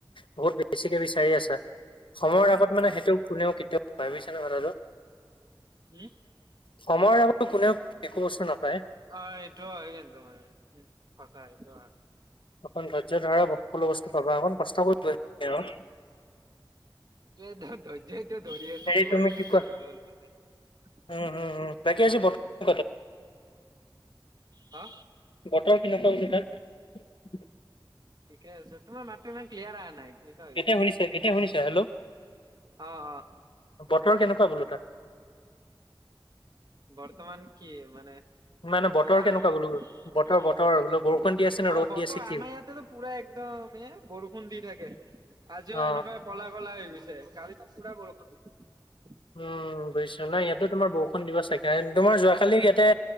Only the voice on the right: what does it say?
অ',
উম,
অহ এইটো হয় কিন্ত তো মানে সঁচাই। অহ।
মে' দত্। ত এতিয়া তো দৌৰি আছো
বহুত
বছৰ
হৈ গল তাতে।
হা
ঠিকে আছে তোমাৰ মাতটো ইমান ক্লিয়াৰ আহা নাই? কিবা হৈছে।
অ', অ',
বৰ্তমান কি মানে
কাম
অ
বতৰ
আমাৰ ইয়াতেতো পুৰা একদম এ বৰষুণ দি থাকে আজিও
এনেকুৱা পলা কলা হৈ গৈছে গাড়ী চব পুৰা বৰষুণ। <unintelligible>